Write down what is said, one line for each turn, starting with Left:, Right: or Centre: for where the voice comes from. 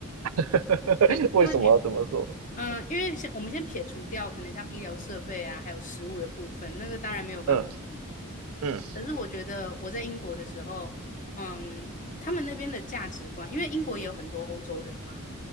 Right: <laughs>
Left: 对，
Right: 为什么这么说？
Left: 因为嗯、呃因为先我们先撇除掉可能像医疗设备啊，还有食物的部分，那个当然没有办法比。
Right: 嗯嗯
Left: 可是我觉得我在英国的时候，嗯，他们那边的价值观，因为英国也有很多欧洲人嘛，